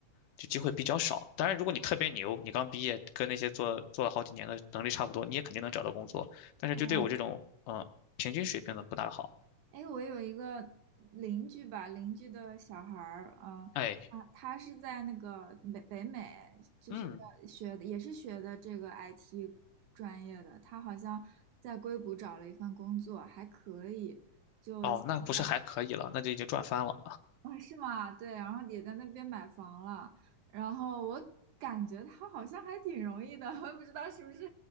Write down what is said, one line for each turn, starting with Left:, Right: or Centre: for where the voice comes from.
Left: 就机会比较少。当然，如果你特别牛，你刚毕业，跟那些做做了好几年的能力差不多，你也肯定能找到工作。但是就对我这种嗯、
Right: 哦，
Left: 呃平均水平的不大好。
Right: 哎，我有一个邻居吧，邻居的小孩儿，嗯、
Left: 哎，
Right: 他他是在那个北北美，就是学的也是学的这个
Left: 嗯，
Right: IT 专业的，他好像在硅谷找了一份工作，还可以，就现在
Left: 哦，那不是还可以了，那就已经赚翻了。
Right: 啊，是吗？对，然后也在那边买房了，然后我感觉他好像还挺容易的，<laughs> 我也不知道是不是，